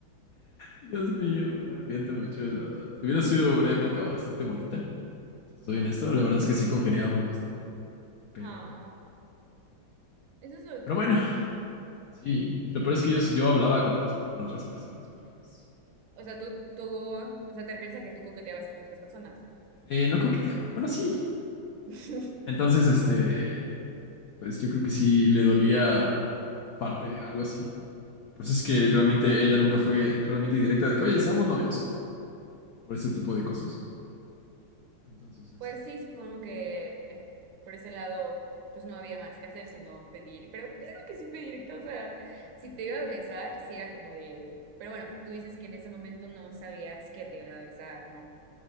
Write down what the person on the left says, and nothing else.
Dios mío, me arrepiento mucho, la verdad. Hubiera sido una época bastante bonita, si te soy
honesto. La verdad es que sí congeniábamos bastante, pero,
pero
bueno, sí. Y lo peor es que yo, yo hablaba con otros, con otras personas, porque pues,
eh, no coqueteaba. Bueno, sí.
Entonces, este, pues yo creo que sí le dolía en parte algo así. Pues es que
realmente ella nunca fue realmente directa de que, oye, seamos novios por ese tipo de cosas. Entonces, este,